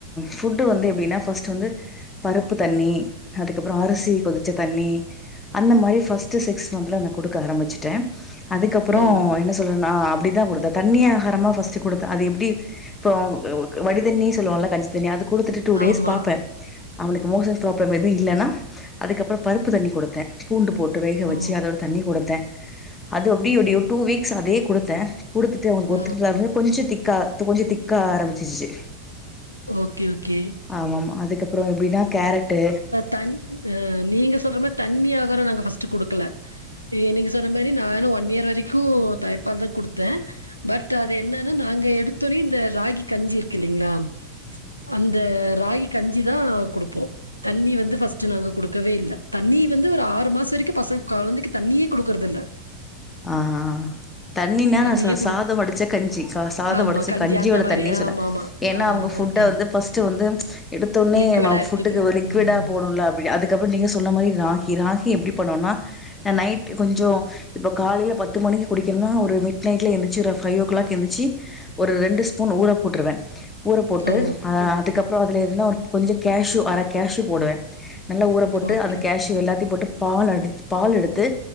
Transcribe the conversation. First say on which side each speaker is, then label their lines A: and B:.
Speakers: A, on the left; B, on the left.
A: ஃபுட்டு வந்து எப்டின்னா ஃபஸ்ட்டு வந்து பருப்பு தண்ணி அதுக்கப்புறோ அரிசி கொதி ச தண்ணி அந்த மாரி ஃபஸ்ட்டு சிக்ஸ் மந்த்துல நா குடுக்க ஆரம்பிச்சுட்டே அதுக்கப்பறோ
B: ஓ
A: என்ன சொல்றே நா அப்டித்தா குடுத்தே தண்ணி ஆகாரமா ஃபஸ்ட்டு குடுத்த அது எப்டி இப்போ அவுங்க வடிதண்ணி சொல்லுவோல கஞ்சி தண்ணி அது குடுத்துட்டு டூ டேஸ்
B: ஆமா
A: பாப்பே அவனுக்கு மோசன் ப்ராப்ளம் எது இல்லன்னா அதுக்கப்றோ பருப்பு தண்ணி குடுத்தே பூண்டு போட்டு வேக வெச்சு
B: ஓ
A: அதோட தண்ணி குடுத்தே அது அப்டி அப்டி ஒரு டூ வீக்ஸ் அதே குடுத்தே குடுத்துட்டு அவுனுக்கு ஒத்துக்குதா
B: ஓகே
A: அப்டினு கொஞ்சோ திக்கா கொஞ்சோ திக் கா ஆரம்பிச்சுருச்சி
B: ஓகே ஓகே
A: ஆமாம்மா அதுக்கப்றோ எப்டின்னா கேரட்டு
B: தண் அ நீங்க சொல்ற மாரி தண்ணி ஆகாரோ நாங்க பஸ்ட்டு குடுக்கல ஏ நீங்க சொன்ன மாரி நானு ஒன் இயர் வரைக்கு தாய்ப்பால் தா குடுத்த பட் அது என்னனா நாங்க எடுத்தொனே இந்த ராகி கஞ்சி இருக்கில்லிங்ளா அந்த ராகி கஞ்சிதா குடுப்போ தண்ணி வந்து ஃபர்ஸ்ட்டு நாங்க குடுக்கவே இல்ல தண்ணி வந்து ஒரு ஆறு மாச வரைக்கு பசங்க கொழந்திக்கு தண்ணியே குடுக்கறதில்ல
A: ஆ ஆ தண்ணினா நா
B: தண்ணியே
A: ச சாத
B: குடுக்
A: வடிச்ச கஞ்சி ச சாத
B: ஆமா
A: வடிச்ச
B: கஞ்சி
A: கஞ்சியோட
B: அந்த மாரி.
A: தண்ணி சொன்ன
B: ஆமாமா.
A: ஏன்னா
B: ஆ
A: அவங்க ஃபுட்ட
B: ஓகே.
A: வந்து ஃபஸ்ட்டு வந்து எடுத்தொன்னே
B: லிக்விடா
A: நம்ம
B: எடுத்துக்கணும்.
A: ஃபுட்டுக்கு லிக்விடா
B: ம்.
A: போனுல்ல அப் அதுக்கப்றோ நீங்க சொன்ன மாரி ராகி ராகி எப்டி பண்ணோன்னா அ நைட்டு கொஞ்சோ இப்ப காலேல பத்து மணிக்கு குடிக்கின்னா ஒரு மிட்நைட்ல எந்திர்ச்சி ஒர் ஃபைவோ கிளாக் எந்திர்ச்சி ஒரு ரெண்டு ஸ்பூன் ஊற போட்ருவே ஊற போட்டு
B: ஓ!
A: அ அதுக்கப் அப்றோ அதுல எதுனா ஒரு கொஞ்சோ கேஷு அர கேஷு போடுவே நல்லா ஊற போட்டு
B: ஓகே.
A: அந்த கேஷு எல்லாத்தியு போட்டு பால் அடி பால் எடுத்து